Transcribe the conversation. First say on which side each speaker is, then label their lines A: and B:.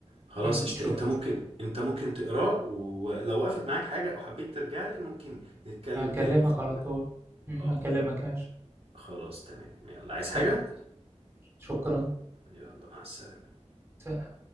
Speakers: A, on the right (about 60°); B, on the right (about 20°).
A: خلاص
B: مم.
A: اشت...
B: شفت
A: انت ممكن انت ممكن تقراه ولو وقفت معاك حاجة او حبيت ترجع لي ممكن نتكلم
B: هكلمك
A: تاني في ال...
B: على طول مم.
A: اه
B: هكلمك ياش
A: خلاص تمام يلا عايز
B: تمام
A: حاجة
B: شكرا
A: يلا مع السلامة
B: سلام